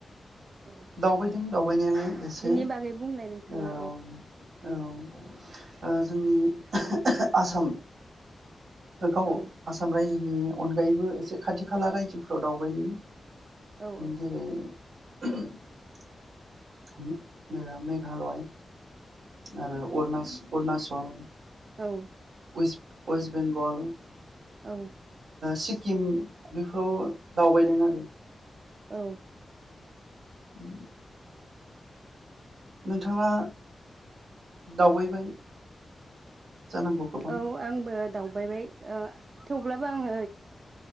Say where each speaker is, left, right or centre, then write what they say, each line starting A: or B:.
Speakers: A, on the right (about 50°); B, on the right (about 85°).
A: औ
B: दावबायदों दावबायनायालाय एसे
A: बिनि बागै बुंलाय नोंथाङा
B: औ औ जोंनि आसाम गाव
A: औ
B: आसाम रायजो नि अनगायैबो एसे खाथि खाला रायजोफोराव दावबायदों
A: औ
B: जेरै <unintelligible> मेच मेघा मेघालय आरो अरुनाछल अरुनाचल
A: औ
B: वेस्ट बेंगल
A: औ
B: सिक्किम बेफोराव दावबायदों आरो
A: औ
B: उ नोंथाङा दावबायबाय जानांगौ गोबां
A: औ आंबो दावबायबाय थेवब्लाबो आङो